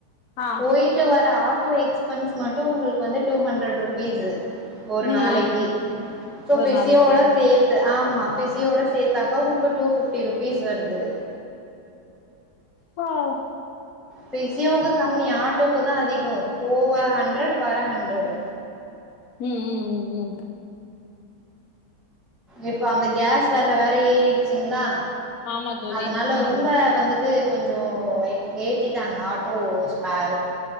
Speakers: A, on the left; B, in the centre.
A: ஆ
B: போயி ட்டு வர ஆட்டோ எக்ஸ்பென்ஸ் மட்டு உங்களுக்கு வந்து டூ ஹண்ட்ரட் ரூபீசு ஒரு
A: ம்
B: நாளக்கி
A: ம் ம்
B: சோ
A: ஒரு
B: பிசியோட
A: நாளைக்கு
B: சேத் து ஆமா பிசியோட சேத்தாக்கா உங்களுக்கு டூ ஃபிப்டி ருப்பீஸ் வருது
A: வ்வாவ்
B: பிசியோவுக்கு கம்மி ஆட்டோவுக்கு தா அதிகோ போவ ஹண்ட்ரட் வர ஹண்ட்ரட்
A: ம் ம் ம் ம்
B: இப்ப அந்த கேஸ் வெல வேற ஏறிடுச்சுங்ளா
A: ஆமா தோழி
B: அதனால
A: ம்
B: ரொம்ப
A: ம்
B: வந்துட்டு கொஞ்சோ வை ஏத்திட்டாங்க ஆட்டோ ஸ்ப்பேரு